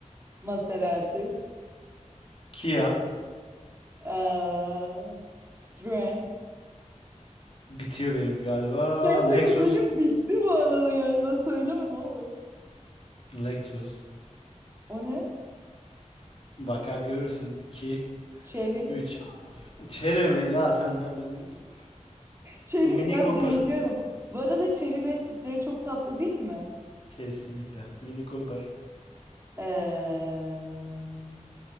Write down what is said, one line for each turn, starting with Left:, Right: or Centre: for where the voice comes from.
Right: Maserati,
Left: Kia,
Right: ee, Citroen.
Left: bitiyor benim galiba.
Right: Gerçekten
Left: Lexus,
Right: benim bitti bu arada galiba. Söyleme ne olur.
Left: Lexus,
Right: O ne?
Left: Bakar görürsün. iki
Right: Cherry.
Left: 3. Chery mi? Ya sen nereden biliyorsun?
Right: Cherry'yi
Left: Mini
Right: ben
Left: Cooper.
Right: beğeniyorum. Bu arada cherry'lerin tipleri çok tatlı değil mi?
Left: Kesinlikle. Mini Cooper.
Right: Ee,